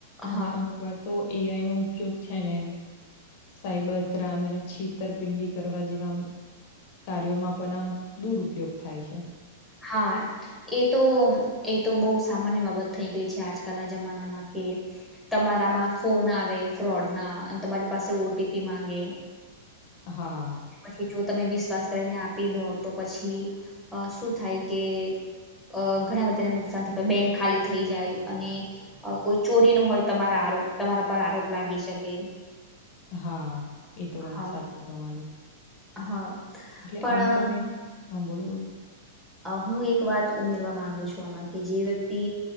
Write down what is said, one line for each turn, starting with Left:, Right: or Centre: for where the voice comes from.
Centre: હા
Left: અને અમુક વાર તો એઆઈ નો ઉપયોગ છે ને સાયબર ત્રામ એને છેતરપિંડી કરવા જેવા કાર્યોમાં પણ આમ દુરપયોગ થાય છે.
Centre: હા એ તો એ તો બહુ સામાન્ય બાબત થઈ ગઈ છે આજકાલના જમાનામાં. તમારામાં ફોન આવે ફ્રોડ ના અને તમારી પાસે ઓટીપી માંગે
Left: હા,
Centre: પછી જો તમે વીસ શ્વાસ કરીને આપી દો તો પછી શું થાય કે- અ ઘણા બધાને નુકસાન થતા બેંક ખાલી થઈ જાય અને કોઈ ચોરી ન હોય તમારા આપ તમારા પર આરોપ લાગી શકે.
Left: હા એ તો વાત
Centre: હા
Left: સાચી તમારી.
Centre: હા.
Left: એટલે
Centre: પણ
Left: આમ તમે હ બોલો બોલો.
Centre: હું એક વાત ઉમેરવા માંગુ છું આમાં કે જે વ્યક્તિ